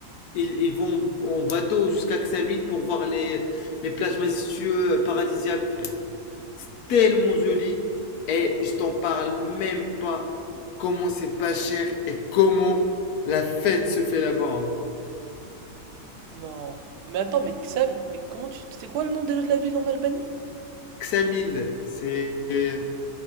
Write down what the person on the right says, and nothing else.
Non. Mais attends, mais Sam, mais comment tu. C'est quoi le nom déjà de la ville en Albanie?